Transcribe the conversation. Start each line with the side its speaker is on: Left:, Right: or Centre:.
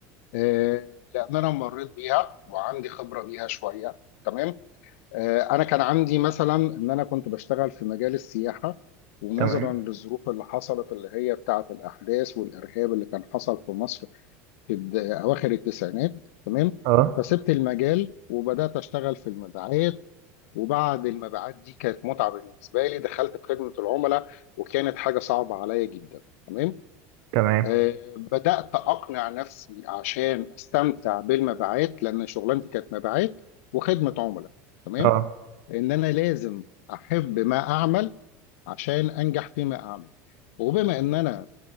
Left: آه، لان انا مريت بيها وعندي خبره بيها شويه تمام آه، انا كان عندي مثلا ان انا كنت بشتغل في مجال السياحه ونظرا
Right: تمام
Left: للظروف اللي حصلت اللي هي بتاعه الاحداث والارهاب اللي كان حصل في مصر في بد- اواخر التسعينات تمام
Right: اه
Left: فسبت المجال وبدات اشتغل في المبيعات وبعد المبيعات دي كانت متعه بالنسبه لي دخلت في خدمه العملاء وكانت حاجه صعبه عليا جدا تمام
Right: تمام
Left: آه، بدأت أقنع نفسي عشان أستمتع بالمبيعات لأن شغلانتي كانت مبيعات وخدمة عملاء تمام
Right: اه
Left: إن أنا لازم أحب ما أعمل عشان أنجح فيما أعمل وبما إن أنا